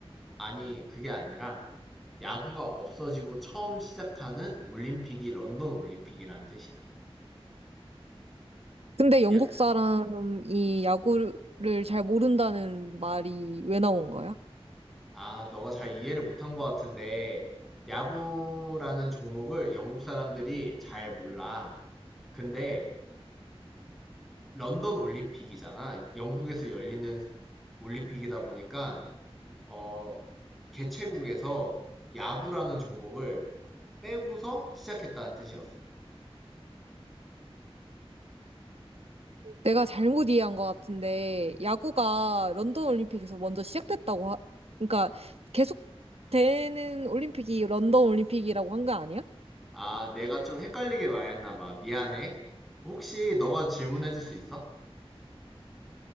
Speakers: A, in the centre; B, on the right.
A: 아니, 그게 아니라, 야구가 없어지고 처음 시작하는 올림픽이 런던 올림픽이라는 뜻이야.
B: 근데 영국
A: 야,
B: 사람이 야구를 잘 모른다는 말이 왜 나온 거야?
A: 아, 너가 잘 이해를 못한 것 같은데, 야구라는 종목을 영국 사람들이 잘 몰라. 근데, 런던 올림픽이잖아. 영국에서 열리는 올림픽이다 보니까, 어, 개최국에서 야구라는 종목을 빼고서 시작했다는 뜻이었어.
B: 내가 잘못 이해한 것 같은데 야구가 런던 올림픽에서 먼저 시작됐다고 하... 그러니까 계속 되는 올림픽이 런던 올림픽이라고 한 거 아니야?
A: 아, 내가 좀 헷갈리게 말했나 봐. 미안해. 혹시 너가 질문해 줄 수 있어?